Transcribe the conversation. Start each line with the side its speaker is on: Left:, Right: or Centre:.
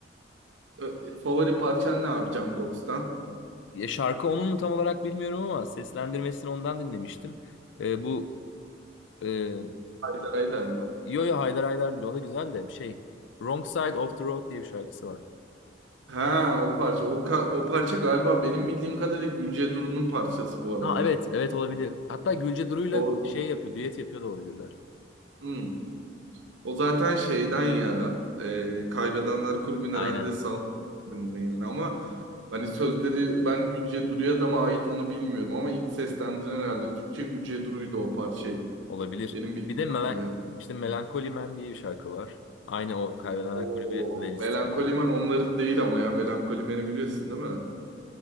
Right: Ö- favori parçan ne abi Jungkook'tan?
Left: Ya şarkı onun mu tam olarak bilmiyorum ama seslendirmesini ondan dinlemiştim. Ee, bu e,
Right: Haydar Haydar mı?
Left: Yo Yo Haydar Haydar değil o da güzel de şey Wrong Side of the Road diye bir şarkısı var.
Right: Ha o parça. O, ka- o parça galiba benim bildiğim kadarıyla Gülce Duru'nun parçası bu arada.
Left: Ha evet evet olabilir. Hatta Gülce Duru'yla
Right: O
Left: şey yapıyor düet yapıyor da olabilirler.
Right: hmm. O zaten şeyden ya e, Kaybedenler Kulübü'nün
Left: Aynen
Right: herhalde saldırından yani ama hani sözleri ben Gülce Duru'ya da mı ait onu bilmiyorum ama ilk seslendiren herhalde Türkçe Gülce Duru'ydu o parçayı.
Left: olabilir.
Right: Benim bildiğim
Left: Bir de Melen,
Right: kadarıyla. yani.
Left: işte Melancholy Man diye bir şarkı var. Aynı o Kaybedenler
Right: Oo,
Left: Kulübü playlistinde.
Right: Melankolimen onların değil ama ya. Melankolimen'i biliyorsun değil mi?